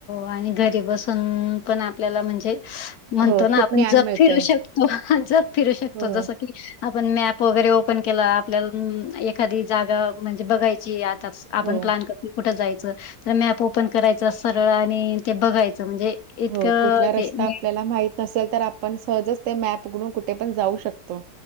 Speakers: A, on the left; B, on the right.
A: आणि घरी बसून पण आपल्याला म्हणजे म्हणतो
B: हो
A: ना
B: खूप
A: आपण
B: ज्ञान
A: जग
B: मिळतय
A: फिरू शकतो जग फिरू शकतो
B: हो
A: जस की आपण मॅप वगैरे ओपन केला आपल्याला एखादी जागा म्हणजे बघायची आताच आपण
B: हो
A: प्लॅन करतो कुठं जायचं तर मॅप ओपन करायचं सरळ आणि ते बघायचं म्हणजे इतकं
B: हो कुठला रस्ता
A: ते नीट.
B: आपल्याला माहित नसेल तर आपण सहजच ते मॅप उघडून कुठे पण जाऊ शकतो.